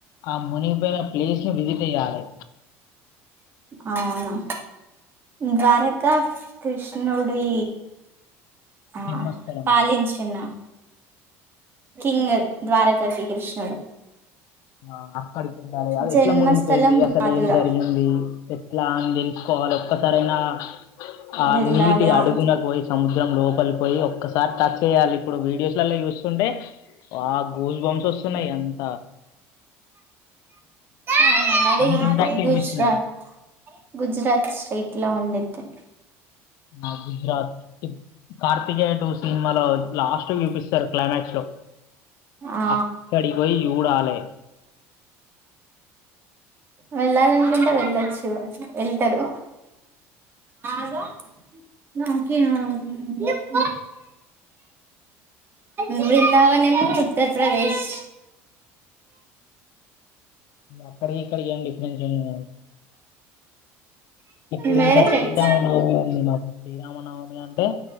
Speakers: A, on the left; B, on the right.
A: ఆ మునిగిపోయిన ప్లేస్ని విజిట్ చేయ్యాలే
B: ఆహ్ అవును ద్వారకా కృష్ణుడి. ఆహ్
A: జన్మస్థలం
B: పాలించిన. కింగ్ ద్వారకా కి శ్రీ కృష్ణుడు.
A: ఆహ్ అక్కడికి ఉండాలే అది
B: జన్మస్థలం
A: ఎట్లా మునిగిపోయింది అసలు
B: మధుర
A: ఏం జరిగింది. ఆహ్ అని తెలుసుకోవాలే ఒక్కసారైనా ఆ
B: వెళ్ళాలి
A: నీటి
B: అవును
A: అడుగునకు పోయి. సముద్రం లోపలికి పోయి ఒక్కసారి టచ్ చేయాలి ఇప్పుడు వీడియోస్లలో చూస్తుంటే. ఆహ్ గుస్ బమ్స్ వస్తున్నాయి అంత.
B: ఆహ్
A: అంత
B: మది
A: ఇంపాక్ట్
B: గుజ్
A: చూపిస్తుంది
B: రాత్ గుజరాత్. ఏట్లా ఉండెది.
A: నా గుజరాత్. కార్తికేయ టు సినిమాలో లాస్ట్కి చూపిస్తారు క్లైమాక్స్ లో.
B: ఆ
A: అక్కడికి పోయి చూడాలే.
B: వెళ్ళాలనుకుంటే వెళ్ళచ్చు వెళ్తారు. <unintelligible> బృందావనమేమో ఉత్తరప్రదేశ్.
A: అక్కడికి ఇక్కడికి ఏం డిఫరెన్స్ ఉన్నాయి. ఇప్పుడు
B: వేరే
A: ఇంకా
B: స్టేట్స్
A: శ్రీరామనవమి ఉంది మాకు శ్రీరామనవమి అంటే.